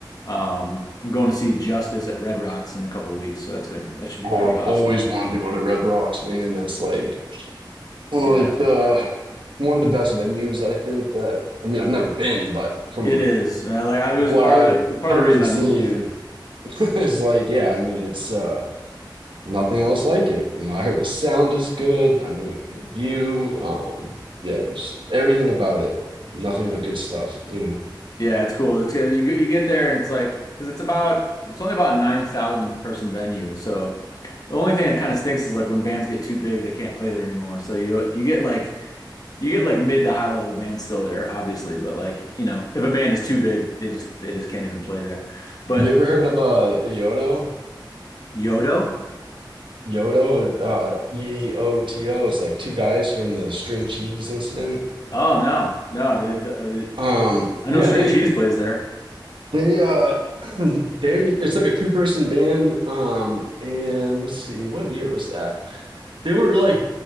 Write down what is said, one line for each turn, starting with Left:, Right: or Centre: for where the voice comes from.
Left: Um, I'm going to see Justice at Red Rocks in a couple weeks, so that's gonna be, that should be
Right: oh,
Left: pretty
Right: I've
Left: awesome.
Right: always wanted to go to Red Rocks, man. That's like one
Left: Yeah,
Right: of like the one of the best venues I think that I mean, I've never been, but from
Left: it is. man. Like I was
Right: what
Left: part
Right: I've
Left: of the part
Right: heard
Left: of the reason
Right: and
Left: I
Right: seen
Left: moved here.
Right: <laughs> is like, yeah, I mean, it's uh Nothing else like it. You know, I heard the sound is good. I mean, the view, um, yeah, just everything about it. Nothing
Left: Yeah,
Right: but good stuff, you know.
Left: yeah, it's cool. It's you get- you get there and it's like because it's about it's only about a nine thousand person venue, so the only thing that kind of stinks is like when bands get too big, they can't play there anymore. So you you get like you get like mid to high level bands still there, obviously, but like, you know, if a band is too big, they just they just can't even play there. But
Right: You ever heard of uh Yodo?
Left: Yodo?
Right: Yodo, uh E-O-T-O. It's like two guys from the string cheese incident.
Left: Oh no. No, they've uh,
Right: Um,
Left: I
Right: yeah,
Left: know String
Right: they
Left: Cheese plays there.
Right: they uh <clears throat> they it's like a two-person band. Um, and let's see, what year was that? They were like